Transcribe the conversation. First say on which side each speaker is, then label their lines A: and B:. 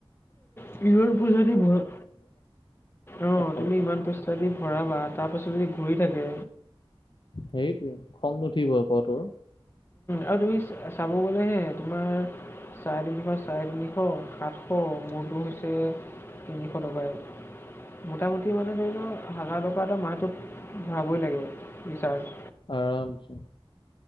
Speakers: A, on the left (about 25°); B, on the left (about 55°).
A: কিমান পইচা দি ভৱাঙ অ
B: একফালৰ
A: তুমি
B: পৰা
A: ইমান পইচা দি ভৰাবা, তাৰ পাছত যদি ঘূৰি থাকে।
B: সেইটোৱে খং নুঠিব ক তোৰ।
A: আৰু তুমি চাব গ'লেহে তোমাৰ চাৰে তিনিশ চাৰে তিনি আতশ, সাতশ মোৰটো হৈছে তিনিশ টকায়ে। মোটামুটি মানে ধৰি ল' হাজাৰ টকা এটা মাহটোত ভৰাবই লাগে ৰিচাৰ্জ।
B: আৰামছে।